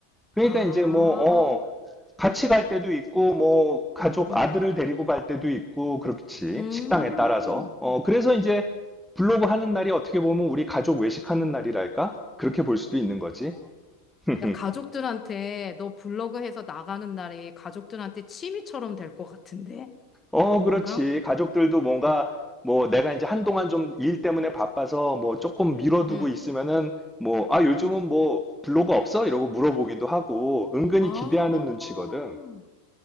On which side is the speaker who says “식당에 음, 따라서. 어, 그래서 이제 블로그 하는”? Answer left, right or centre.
Centre